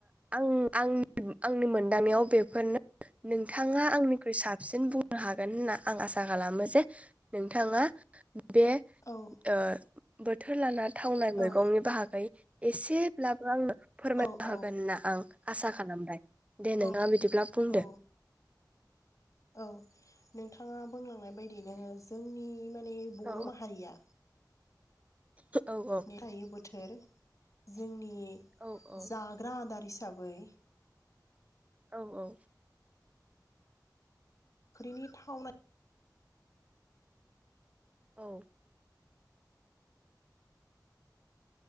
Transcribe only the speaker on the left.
औ
औ
औ
औ
औ
औ औ। नोंथाङा बुंलांनाय बायदियैनो जोंनि माने बर'
माहारिया
बोथोर लायै बोथोर जोंनि
जाग्रा आदार हिसाबै
ओंख्रिनि थावनाय